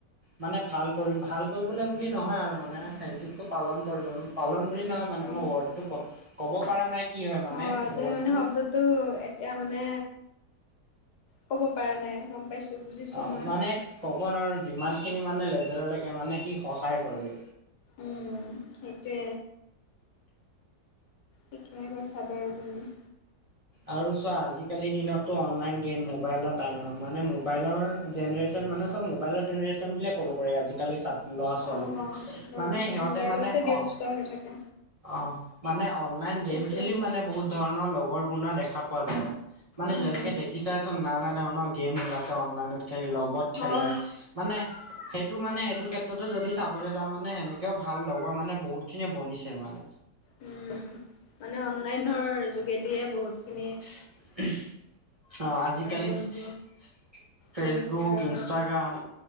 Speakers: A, on the right; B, on the left.
A: মানে ভাল কৰি ভাল কৰিবলে বুলি নহয় আৰু মানে ফ্ৰেণ্ডশ্বিপটো পালন কৰিবলও। পালন বুলি নহয় মানে। মই
B: অ
A: ৱৰ্ডটো ক-ক'ব পাৰা নাই। কি মানে
B: হয়, তুমি
A: ৱৰ্ডটো
B: মানে শব্দতটো এতিয়া মানে ক'ব পৰা নাই, গম পাইছো, বুজিছো
A: অ
B: মই।
A: মানে ক'ব নোৱাৰো, যিমান খিনি মানে লেভেললৈকে মানে সি সহায় কৰে।
B: উম, সেইটোৱে। ঠিকেই কৈছা বাৰু তুমি।
A: আৰু চোৱা আজিকালিৰ দিনততো অনলাইন গেম মোবাইলৰ টাইম হয়। মানে মোবাইলৰ জেনেৰেশন মানে চব মোবাইলৰ জেনেৰেশন বুলিয়ে ক'ব পাৰি। আজিকালি <unintelligible> ল'ৰা ছোৱালীবোক।
B: অ ল'ৰা
A: মানে
B: ছোৱালী
A: সিহঁতে
B: মোবাইলতে
A: মানে
B: ব্যস্ত
A: অ।
B: হৈ থাকে
A: অ', মানে অনলাইন
B: বেছি
A: গেম খেলিও মানে বহুত ধৰণৰ লগৰ বনোৱা দেখা পোৱা যায়। মানে
B: উম
A: যেনেকে দেখিচাইচোন নানা ধৰণৰ গেম ওলাইছে অনলাইনত খে লগত খেলে।
B: অ
A: মানে সেইটো মানে সেইটো ক্ষেত্ৰতো যদি চাবলৈ যাওঁ মানে সেনেকেও ভাল লগৰ মানে বহুত খিনিয়ে বনিছে মানে।
B: উম। মানে অনলাইনৰ যোগেদিয়ে বহুত খিনি
A: <inaudible> অ', আজিকালি
B: বন্ধু
A: <inaudible> ফেচবুক,
B: বনিছে আৰু
A: ইনষ্টাগ্ৰাম।
B: ন